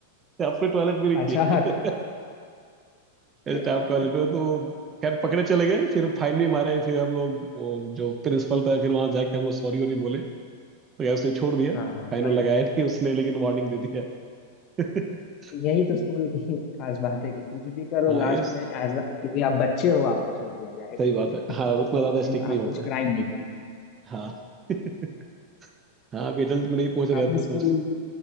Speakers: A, on the right; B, on the left.
A: अपने टॉयलेट में नहीं
B: अच्छा
A: किए <laughs> स्टाफ
B: अच्छा
A: टॉयलेट में तो खैर पकड़े चले गए फिर फाइन भी मारे फिर हम लोग वो जो प्रिंसिपल था फिर वहां जाके हम लोग सॉरी वॉरी बोले तो यार उसने छोड़ दिया
B: हाँ
A: फाइन
B: भाई
A: लगाया नहीं उसने लेकिन वार्निंग दे दिया <laughs>
B: यही तो स्कूल की <laughs> खास बात है कि कुछ भी करो
A: हाँ
B: लास्ट
A: ये सही
B: में एज क्योंकि आप बच्चे हो आपको छोड़ दिया जाएगा
A: बात है
B: <laughs>
A: हाँ उतना ज्यादा
B: उस समय
A: स्ट्रिक्ट नहीं
B: आप
A: होता
B: कुछ
A: है
B: क्राइम नहीं कर रहे
A: हाँ <laughs> हाँ अभी adult में नहीं पहुंच रहे
B: हो। आपने
A: थे तो
B: स्कूल
A: उस